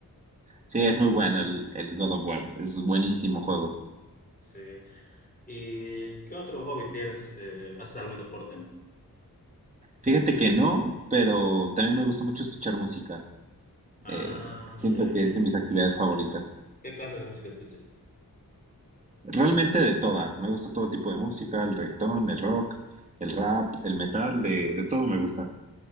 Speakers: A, on the right; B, on the left.
A: Sí, es muy bueno el, el God of War, es buenísimo juego.
B: Sí. ¿Y qué otro hobby tienes? Eh, ¿haces algún deporte?
A: Fíjate que no, pero también me gusta mucho escuchar música.
B: Ah,
A: Eh, siento
B: ya.
A: que
B: ¿Qué,
A: es de mis actividades favoritas.
B: qué clase de música escuchas?
A: Realmente de toda, me gusta todo tipo de música, el reggaetón, el rock, el rap, el metal, de, de todo me gusta.